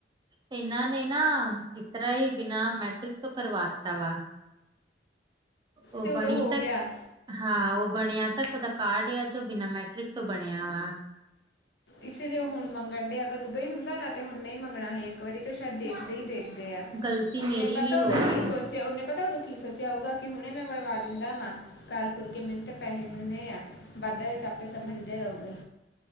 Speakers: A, on the right (about 25°); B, on the left (about 65°).
A: ਇਹਨਾਂ ਨੇ ਨਾ ਇਤਰਾ ਹੀ ਬਿਨਾਂ ਮੈਟ੍ਰਿਕ ਤੋਂ ਕਰਵਾ ਦਿੱਤਾ ਵਾ। ਉਹ
B: ਤੇ ਉਦੋਂ
A: ਬਣੀ
B: ਹੋ
A: ਤ
B: ਗਿਆ
A: ਹਾਂ ਉਹ ਬਣਿਆ ਤਾਂ ਕੁਦਾ ਕਾਰਡ ਜੋ ਬਿਨਾਂ ਮੈਟ੍ਰਿਕ ਤੋਂ ਬਣਿਆ ਵਾ।
B: ਇਸ ਲਈ ਉਹ ਹੁਣ ਮੰਗਣ ਡੇ ਅਗਰ ਉਦੋਂ ਹੀ ਹੁੰਦਾ ਨਾ ਤੇ ਹੁਣ ਨਹੀਂ ਮੰਗਣਾ ਹੀ ਇੱਕ ਵਾਰੀ ਤਾਂ ਸ਼ਾਇਦ ਦੇਖਦੇ ਹੀ ਦੇਖ
A: ਗ਼ਲਤੀ ਮੇਰੀ
B: ਨੇ ਪਤਾ
A: ਵੀ ਹੋ
B: ਉਦੋਂ
A: ਗਈ
B: ਕੀ ਸੋਚ ਉਹਨੇ ਪਤਾ ਉਦੋਂ ਕੀ ਸੋਚਿਆ ਹੋਊਗਾ ਕਿ ਹੁਣੇ ਮੈਂ ਵਣਵਾ ਦਿੰਦਾ ਵਾਂ। ਘਰ ਖੁਰ ਕੇ ਮੈਨੂੰ ਤੇ ਪੈਸੇ ਮਿਲਣੇ ਆ ਬਾਧਾਂ ਵਿੱਚ ਆਪੇ ਸਮਝਦੇ ਰਹੋਗੇ।